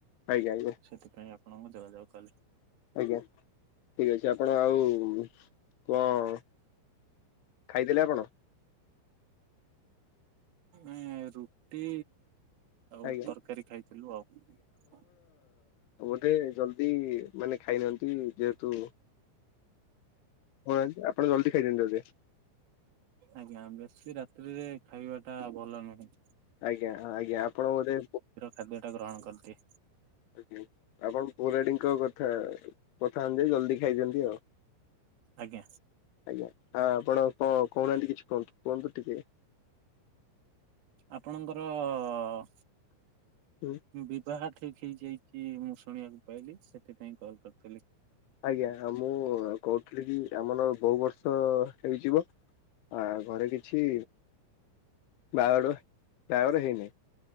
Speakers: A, on the left (about 75°); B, on the right (about 60°).
A: ଆଜ୍ଞା।
B: ସେଥିପାଇଁ ଆପଣଙ୍କୁ ଯୋଗାଯୋଗ କଲ।
A: ଆଜ୍ଞା ଠିକ୍ ଅଛି ଆପଣ ଆଉ କଅଁ ଖାଇଦେଲେ ଆପଣ?
B: ଏ ରୁଟି ଆଉ
A: ଆଜ୍ଞା
B: ତର୍କାରୀ ଖାଇଥିଲୁ ଆଉ। <inaudible>
A: ଗୋଟେ ଜଲ୍ଦି ମାନେ ଖାଇନାଅନ୍ତି ଯେହେତୁ ହଅନ୍ତି ଆପଣ ଜଲ୍ଦି ଖାଇଦିଅନ୍ତୁ ବୋଧେ।
B: ଆଜ୍ଞା ବେଶୀ ରାତ୍ରିରେ ଖାଇବା ଟା ଭଲ ନୁହଁ।
A: ଆଜ୍ଞା ହଁ ଆଜ୍ଞା ଆପଣ ବୋଧେ
B: ଖାଦ୍ୟଟା ଗ୍ରହଣ କରିଦିଏ।
A: ଆଜ୍ଞା ଆପଣ ପୌରାଡ଼ିଙ୍କ କଥା କଥା ଅନୁଯାଇ ଜଲ୍ଦି ଖାଇଦିଅନ୍ତି ଆଉ?
B: ଆଜ୍ଞା।
A: ଆଜ୍ଞା ଆ ଆପଣ କଣ କହୁନାହାନ୍ତି କିଛି କୁହନ୍ତୁ କୁହନ୍ତୁ ଟିକେ।
B: ଆପଣଙ୍କର ଅ
A: ଉଁ
B: ବିବାହ ଠିକ୍ ହେଇଯାଇଚି ମୁଁ ଶୁଣିବାକୁ ପାଇଲି ସେଥିପାଇଁ କଲ୍ କରିଥିଲି।
A: ଆଜ୍ଞା ମୁଁ କହୁଥିଲି କି ଆମଲ ବହୁ ବର୍ଷ ହେଇଯିବ। ଆ ଘରେ କିଛି ବାହାଡ଼ ବାହାଘର ହେଇନି